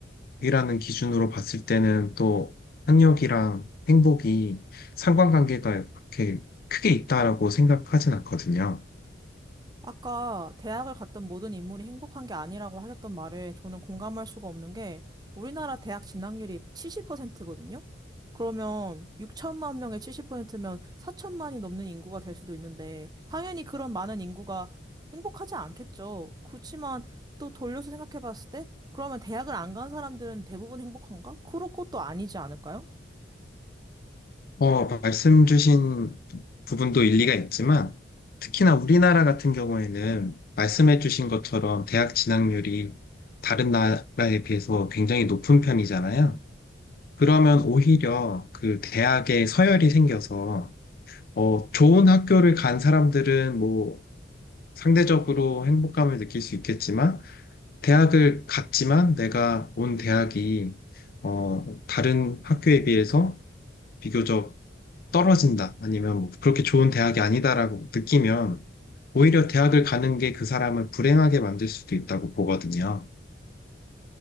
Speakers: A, on the left; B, on the right.
A: 이라는 기준으로 봤을 때는 또 학력이랑 행복이 상관관계가 그렇게 크게 있다라고 생각하진 않거든요.
B: 아까 대학을 갔던 모든 인물이 행복한 게 아니라고 하셨던 말에 저는 공감할 수가 없는 게 우리나라 대학 진학률이 70%거든요? 그러면 6천만 명의 70%면 4천만이 넘는 인구가 될 수도 있는데 당연히 그런 많은 인구가 행복하지 않겠죠. 그렇지만 또 돌려서 생각해 봤을 때 그러면 대학을 안 간 사람들은 대부분 행복한가? 그럴 것도 아니지 않을까요?
A: 어, 말씀 주신 부분도 일리가 있지만 특히나 우리나라 같은 경우에는 말씀해 주신 것처럼 대학 진학률이 다른 나라에 비해서 굉장히 높은 편이잖아요. 그러면 오히려 그 대학에 서열이 생겨서 어, 좋은 학교를 간 사람들은 뭐 상대적으로 행복감을 느낄 수 있겠지만, 대학을 갔지만 내가 온 대학이, 어, 다른 학교에 비해서 비교적 떨어진다. 아니면 뭐 그렇게 좋은 대학이 아니다라고 느끼면, 오히려 대학을 가는 게 그 사람을 불행하게 만들 수도 있다고 보거든요.